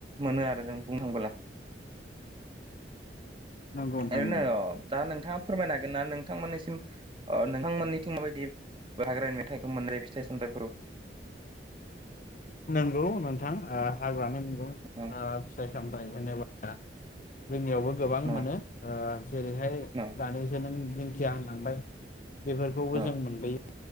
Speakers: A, on the right (about 30°); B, on the left (about 45°).
A: मोनो आरो जों बुं थांला।
B: नंगौ नोंथां
A: ओरैनो
B: नंगौ
A: दा नोंथाङा फोरमायनो हागोन ना नोंथांमोननिसिम नोंथांमोननिथिं माबायदि हाग्रा मेथाइखौ मोनजायो फिथाइ सामथाइफोराव
B: नंगौ नोंथां हाग्रानि मुगं
A: न
B: फिथाइ सामथायाइ होनोबा जोंनियावबो गोबां
A: न
B: मोनो जेरैहाय
A: न
B: दानिसो नों जेनोखि आं लांबाय बेफोरखौबो
A: न
B: जों मोनबोयो